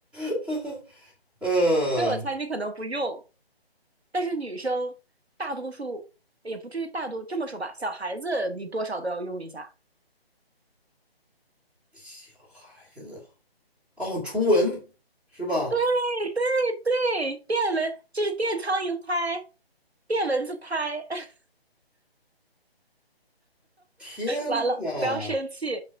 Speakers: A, in the centre; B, on the right.
A: <laughs> 嗯，
B: 所以我猜你可能不用。但是女生大多数也不至于大多这么说吧，小孩子你多少都要用一下。
A: 小孩子哦，除蚊是吧？
B: 对对对，电蚊就是电苍蝇拍，电蚊子拍。<laughs>
A: 天呐，
B: 完了，不要生气。